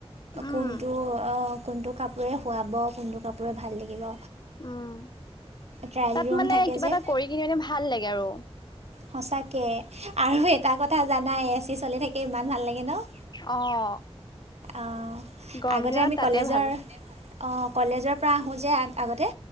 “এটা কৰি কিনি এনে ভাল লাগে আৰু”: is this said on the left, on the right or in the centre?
Left